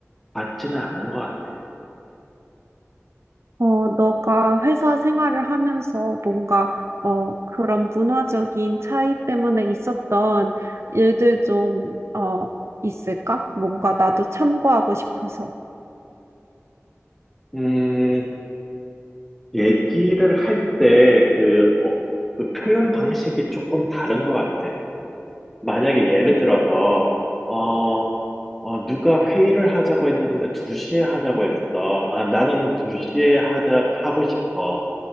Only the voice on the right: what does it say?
어, 너가 회사 생활을 하면서 뭔가, 어, 그런 문화적인 차이 때문에 있었던 일들 좀, 어, 있을까? 뭔가 나도 참고하고 싶어서.